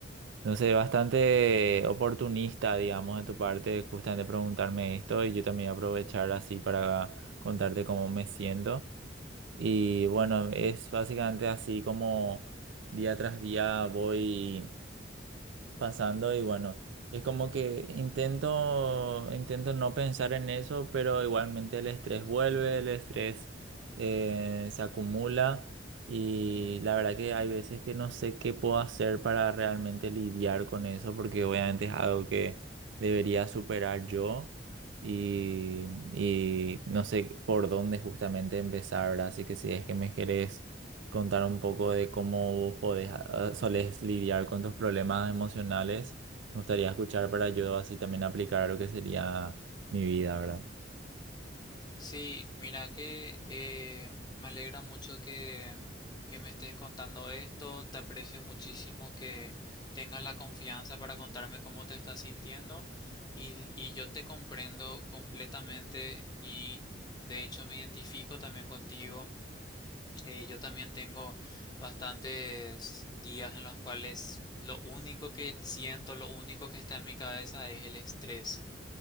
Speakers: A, on the right (about 80°); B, on the left (about 25°).
A: entonces, bastante oportunista, digamos, de tu parte, justamente preguntarme esto y yo también aprovechar así para contarte cómo me siento. Y bueno, es básicamente así como día tras día voy pasando y bueno, es como que intento, intento no pensar en eso, pero igualmente el estrés vuelve, el estrés eh, se acumula y la verdad que hay veces que no sé qué puedo hacer para realmente lidiar con eso, porque obviamente es algo que debería superar yo. Y, y no sé por dónde justamente empezar, ¿verdad? Así que si es que me querés contar un poco de cómo podés, ah, solés lidiar con tus problemas emocionales. Me gustaría escuchar para yo así también aplicar a lo que sería mi vida, ¿verdad?
B: Sí, mira que eh, me alegra mucho que, que me estés contando esto. Te aprecio muchísimo que tengas la confianza para contarme cómo te estás sintiendo y, y yo te comprendo completamente y de hecho me identifico también contigo. Eh, yo también tengo bastantes días en los cuales lo único que siento, lo único que está en mi cabeza es el estrés.